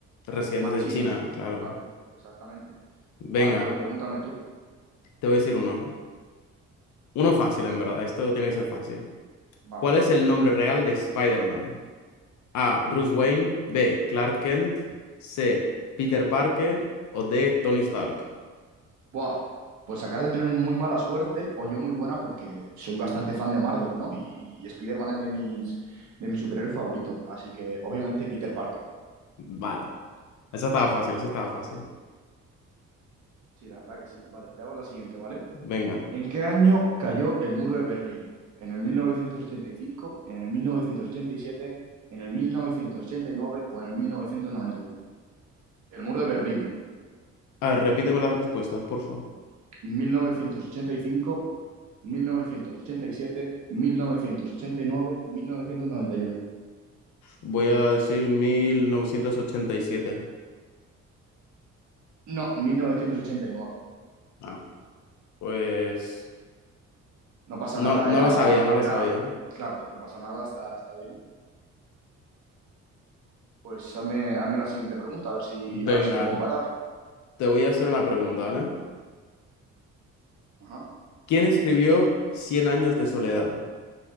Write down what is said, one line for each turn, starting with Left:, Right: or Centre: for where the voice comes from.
Left: residentes
Right: Más
Left: en
Right: chinos,
Left: China, claro.
Right: claro, exactamente.
Left: Venga,
Right: Vale, pues pregúntame tú.
Left: te voy a decir uno. Uno fácil, en verdad. Esto tiene que ser fácil.
Right: Vale.
Left: ¿Cuál es el nombre real de Spider-Man? A. Bruce Wayne. B. Clark Kent. C. Peter Parker. O D. Tony Stark.
Right: Buah, pues acabas de tener muy mala suerte o yo muy buena porque soy bastante fan de Marvel, ¿no? Y, y Spider-Man es de mis, de mis superhéroes favoritos, así que obviamente Peter Parker.
Left: Vale. Esa estaba fácil, esa estaba fácil.
Right: Sí, la verdad que sí. Vale, te hago la siguiente, ¿vale?
Left: Venga.
Right: ¿En qué año cayó el muro de Berlín? ¿En el 1985, en el 1987, en el 1989 o en el mil novecientos noventa y uno. El muro de Berlín,
Left: A ver, repíteme las respuestas, por favor.
Right: mil mil mil mil novecientos novecientos novecientos ochenta ochenta ochenta y y y cinco, siete, nueve, mil novecientos noventa y uno.
Left: Voy a decir 1987.
Right: No, mil novecientos ochenta y nueve.
Left: Ah, pues
Right: No pasa
Left: no,
Right: nada,
Left: no
Right: era,
Left: lo sabía, no lo
Right: era,
Left: sabía.
Right: claro, no pasa nada, está, está bien. Pues hazme, hazme la siguiente pregunta, a ver si, a
Left: Venga,
Right: ver si te puedo empatar.
Left: te voy a hacer una pregunta, ¿vale?
Right: Ajá.
Left: ¿Quién escribió Cien años de soledad?